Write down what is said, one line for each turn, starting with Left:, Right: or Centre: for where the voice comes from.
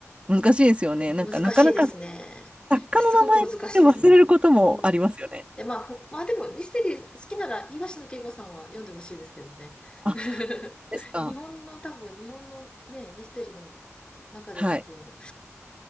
Right: 難しいですよね。なんかなかなか
Left: 難しいですね。
Right: 作家の名前って忘れることもありますよね。
Left: いや、すごく難しいですね。うん。で、まあ、ほまあでもミステリー好きなら東野圭吾さんは読んでほしいですけどね。
Right: あ、
Left: <laughs>
Right: ですか。
Left: 日本の多分、日本のね、ミステリーの中で多分、
Right: はい。